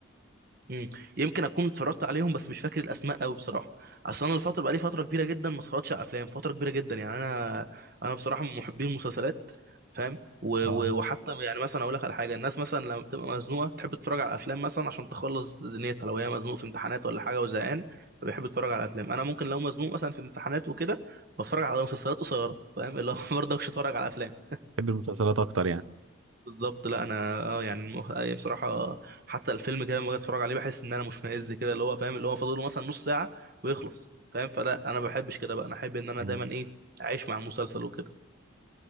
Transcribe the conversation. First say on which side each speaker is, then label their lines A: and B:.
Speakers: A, on the right; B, on the right.
A: مم. يمكن اكون اتفرجت عليهم بس مش فاكر الاسماء قوي بصراحه اصل انا الفتره بقالي فتره كبيره جدا ما اتفرجتش على افلام فتره كبيره جدا يعني انا انا بصراحه من محبين المسلسلات فاهم و...
B: اه
A: و... وحتى يعني مثلا اقول لك على حاجه الناس مثلا لما بتبقى مزنوقه تحب تتفرج على افلام مثلا عشان تخلص دنيتها لو هي مزنوقه في امتحانات ولا حاجه وزهقان فبيحب يتفرج على افلام انا ممكن لو مزنوق مثلا في امتحانات وكده بتفرج على مسلسلات قصيره فاهم اللي هو <laughs> برضه مش اتفرج على افلام <laughs>
B: بحب المسلسلات اكتر يعني
A: بالظبط لا انا اه يعني مؤخ- آه، بصراحه حتى الفيلم كده لما باجي اتفرج عليه بحس ان انا مشمئز كده اللي هو فاهم اللي هو فاضل له مثلا نص ساعه ويخلص فاهم فلا انا ما بحبش كده بقى انا احب ان انا
B: مم.
A: دايما ايه اعيش مع المسلسل وكده